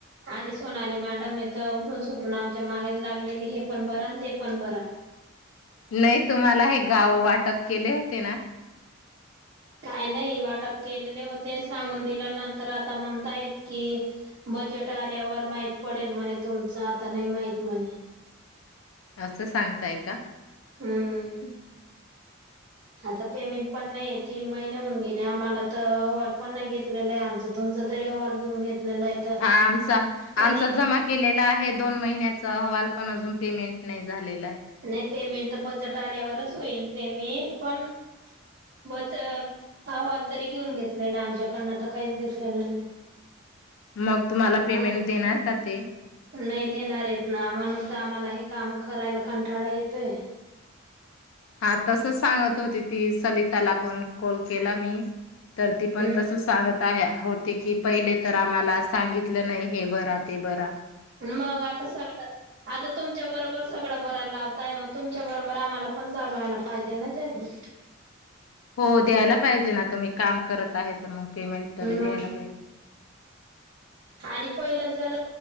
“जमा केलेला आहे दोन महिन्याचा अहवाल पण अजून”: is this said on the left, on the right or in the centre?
Left